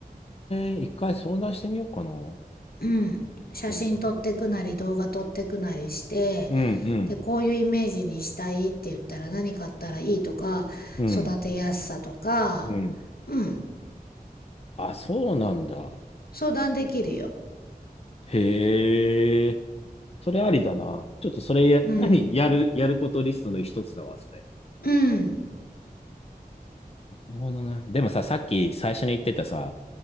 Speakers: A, on the left; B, on the left.
A: ー、一回相談してみようかな。う
B: うん。写真撮ってくなり、
A: ん、
B: 動画撮ってくなりして、
A: うん、
B: でこういうイメージにしたいって言ったら何買ったらいいとか育てやすさとか
A: うん、うん。
B: うん
A: あ、そうなんだ。
B: 相談できるよ
A: へえ。それありだな。ちょっとそれや、
B: うん
A: 何やる、やることリストの一つだわ、それ。
B: うん
A: なるほどね。でもさ、さっき最初に言ってたさ、